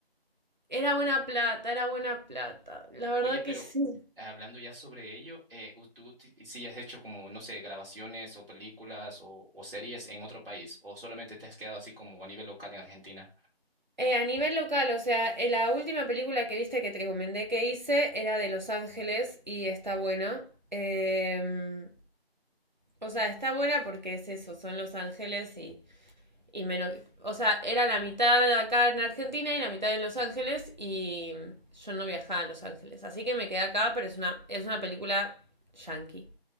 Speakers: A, on the right (about 45°); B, on the right (about 60°).
A: <laughs> era buena plata, era buena plata. La verdad
B: Oye, pero
A: que sí.
B: hablando ya sobre ello, eh, u- ¿tú ti- si has hecho como, no sé, grabaciones o películas o, o series en otro país? ¿O solamente te has quedado así como a nivel local en Argentina?
A: Eh, a nivel local, o sea, eh, la última película que viste que te recomendé que hice era de Los Ángeles y está buena. Em, o sea, está buena porque es eso, son Los Ángeles y, y menos... O sea, era la mitad acá en Argentina y la mitad en Los Ángeles y yo no viajaba a Los Ángeles. Así que me quedé acá, pero es una, es una película yankee,